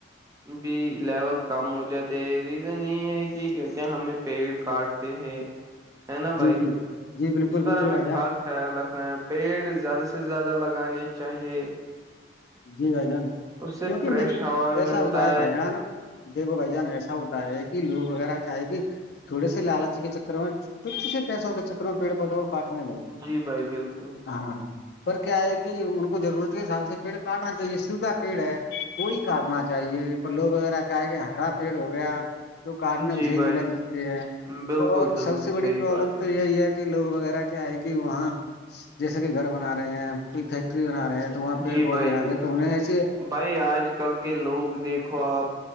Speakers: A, on the right; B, on the left.
A: بھی لیول کم ہو جاتے ہے ریزن یہ ہے کہ کیونکہ ہمیں پیڑ کاٹتے ہیں ہے نا
B: جی
A: بھائی
B: جی جی بالکل
A: اس پر
B: بالکل
A: ہمیں
B: بھائی جان
A: خاص خیال رکھنا ہے پیڑ زیادہ سے زیادہ لگانے چاہیے
B: جی بھائی جان
A: اس سے
B: کیوںکہ
A: فریش
B: م
A: ہوا
B: ایسا
A: ملتا
B: ہوتا ہے بھائی جان دیکھو بھائی جان ایسا ہوتا ہے کہ لوگ وغیرہ کیا ہے کہ تھوڑے سے لالچ کے چکر میں ٹچے سے پیسوں کے چکر میں پیڑ پودوں کو کاٹنے لگے گی
A: جی بھائی بالکل
B: ہاں پر کیا ہے کہ ان کو ضرورت کے حساب سے پیڑ کاٹنا چاہیے سو کھا پیڑ ہے کوئی کاٹنا چاہیے لوگ وغیرہ کہے کہ ہرا پیڑ ہو گیا تو کاٹنے
A: جی
B: اسے
A: بھائی
B: بھی لگ جاتتے ہیں
A: بالکل
B: اور
A: بالکل
B: سب سے بڑی
A: صحیح
B: پرابلم
A: بات ہے
B: تو یہی ہے <inaudible> لوگ وغیرہ کیا ہے کہ وہاں جیسے کہ گھر بنا رہے ہیں کوئی فیکٹری بنا رہے ہیں تو وہاں پیڑ
A: جی
B: پودے
A: بھائی
B: آگے تو انہیں ایسے
A: بھائی آج کل کے لوگ دیکھو آپ